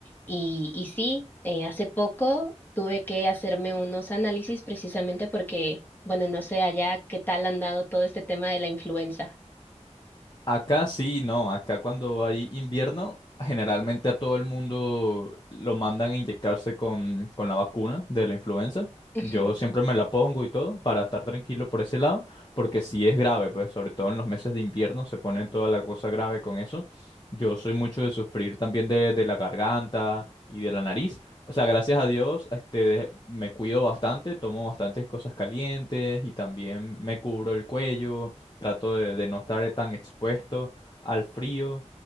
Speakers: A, on the left; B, on the left.
A: Y y sí, eh, hace poco tuve que hacerme unos análisis precisamente porque, bueno, no sé allá qué tal han dado todo este tema de la influenza.
B: Acá sí, no, acá cuando hay invierno, generalmente a todo el mundo lo mandan a inyectarse con, con la vacuna de la influenza.
A: Ujú.
B: Yo siempre me la pongo y todo para estar tranquilo por ese lado, porque sí es grave, pues sobre todo en los meses de invierno se pone toda la cosa grave con eso. Yo soy mucho de sufrir también de, de la garganta y de la nariz. O sea, gracias a Dios, este, me cuido bastante, tomo bastantes cosas calientes y también me cubro el cuello Trato de, de no estar tan expuesto al frío